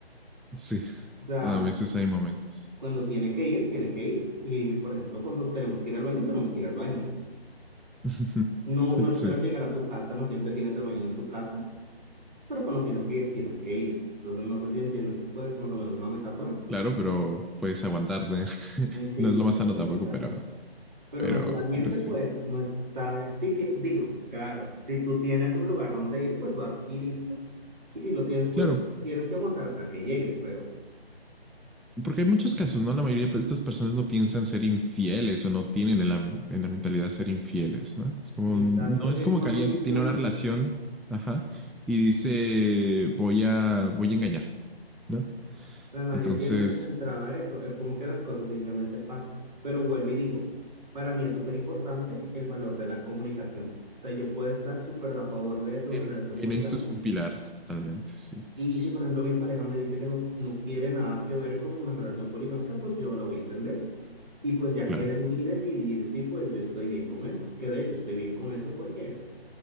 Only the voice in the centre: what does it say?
Sí,
a veces hay momentos.
<laughs>
Sí,
claro, pero puedes aguantarte. <laughs>
No es lo
más
sano
tampoco, pero,
pero,
pero sí.
Claro,
Porque hay muchos casos, ¿no? La mayoría de estas personas no piensan ser infieles o no tienen en la, en la mentalidad ser infieles, ¿no? Es como,
no es
como
que alguien
tiene una relación, ajá, y dice, voy a, voy a engañar, ¿no?
Entonces,
en,
en
esto es un pilar totalmente, sí,
sí, sí.
Claro,